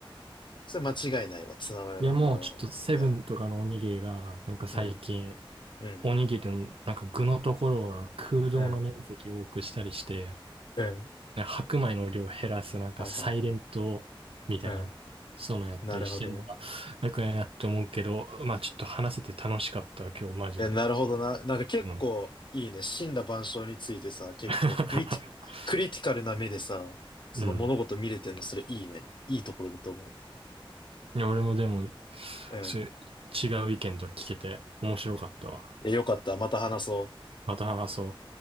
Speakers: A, on the left (about 55°); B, on the right (about 80°).
A: それ間違いないわ。ツナマヨナンバーワンは。
B: いやもうちょっとセブンとかのおにぎりが、
A: うん。
B: なんか最近、
A: うん。うん。
B: おにぎりのなんか具のところをなんか空洞の面積を多くしたりして、
A: うん。うん。
B: なんか白米の量を減らすなんかサイレントみたいな、
A: はいはいはい。うん。
B: そういうのやったりしてるのが、
A: なるほどね。
B: よくないなって思うけど、まあちょっと話せて楽しかったわ今日マジで。
A: え、なるほどな。なんか結構いいね。
B: うん。
A: 森羅万象についてさ、結構クリティ、
B: <laughs>
A: クリティカルな目でさ、その物事見れてんの、
B: うん。
A: それいいね。いいところだと思う。
B: いや、俺もでも、
A: うん。
B: そういう違う意見とか聞けて面白かったわ。
A: いや、よかった。また話そう。
B: また話そう。